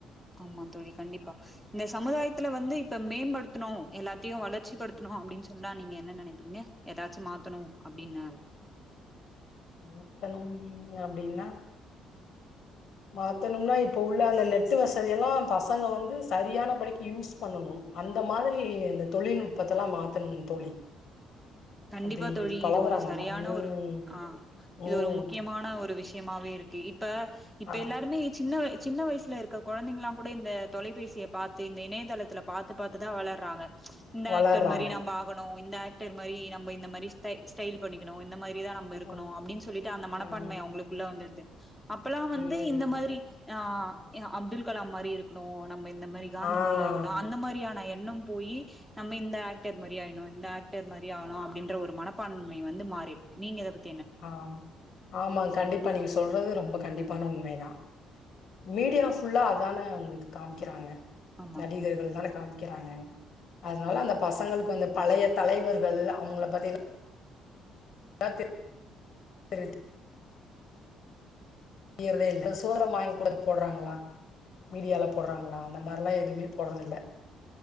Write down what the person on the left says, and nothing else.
மாத்தனும் அப்டின்னா மாத்தணும்னா இப்ப உள்ள அந்த நெட் வசதி எல்லா பசங்க வந்து சரியான படிக்கு யூஸ் பண்ணணு அந்த மாதிரி இந்த தொலில்நுட்பத்தலா மாத்தணு தோழி
அப்டி
பழகுறாங்கல்ல
ம்
ம்
ஆ
வளர்றாங்க
ம்
ம்
ம்
ஆ ஆம்
ஆ ஆமாங் கண்டிப்பா நீங்க சொல்றது ரொம்ப கண்டிப்பான உண்மைதா மீடியா ஃபுல்லா அதான உங்களுக்கு காமிக்கிறாங்க
நடிகர்கள் தான காமி க்கிறாங்க அதனால அந்த பசங்களுக்கு வந்து பழைய தலைவர்கள் அவங்கள பத்தி <unintelligible> செய்றதே இல்ல இதுல சோரம் வாங்கி கூட போடுறாங்களா மீடியால போடுறாங்களா அந்த மாரிலா எதுவுமே போடுறதுல்ல